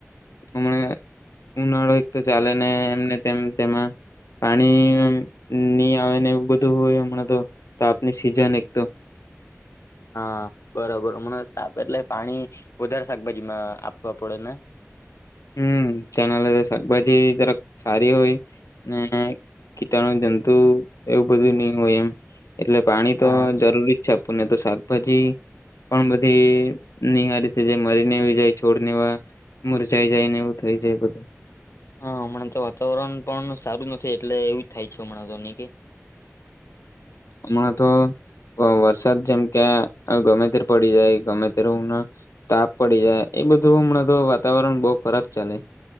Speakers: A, on the left (about 85°); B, on the left (about 65°).
A: અમણે ઉનાળો એક તો ચાલેને એમને તેમ તેમાં પાણી ની આવે ને એવું બધું હોય અમણાં તો તાપની સિઝન એક તો
B: હાં, બરાબર અમણાં તાપ એટલે પાણી વધારે શાકભાજીમાં આપવા પડે ને
A: હમ તેના લ શાકભાજી જરાક સારી હોય ને કીટાણુ જંતુ એવું બધું નહી હોય એમ એટલે પાણી તો
B: હા
A: જરૂરી છાપુ ને તો શાકભાજી પણ બધી નિહારી થઈ જાય મરીને આવી જાય છોડવા મુર. જઈ જાય ને એવું થઈ જાય બધું.
B: હા હમણાં તો વાતાવરણ પણ સારું નથી એટલે એવું થાય. છે હમણાં તો નહી કે
A: હું અ. તો વરસાદ જેમ કે ગમે તે પડી જાય ગમે તે્યારે હમ તાપ પડી જાય એ બધું હમ તો વાતાવરણ બહુ ખરાબ ચાલે.